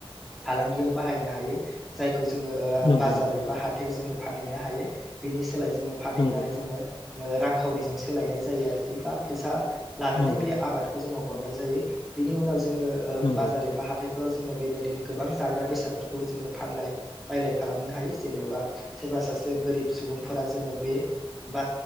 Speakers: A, in the centre; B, on the left.
A: फालांगियाव बाहायनो हायो जाय खौ जोङो
B: नंगौ
A: बाजार
B: नंगौ
A: एबा हाथायाव जोङो फानहैनो हायो बिनि सोलाय जोङो फानहैनानै
B: नंगौ
A: जोङो रांखावरिजों सोलायनाय जायो आरोखि बा फैसा लानानै
B: नंगौ
A: बे आबाद जोङो हरनाय जायो बिनि उनाव जोङो
B: नंगौ
A: बाजार
B: औ
A: एबा हाथाइ। फोराव जोंङो बेबायदिनो गोबां जाग्रा बेसादफोरखौबो जोङो फानाय बायलाय खालामनो हायो जेनबा सोरबा गोरिब सुबुंफोरा जोङो बे ब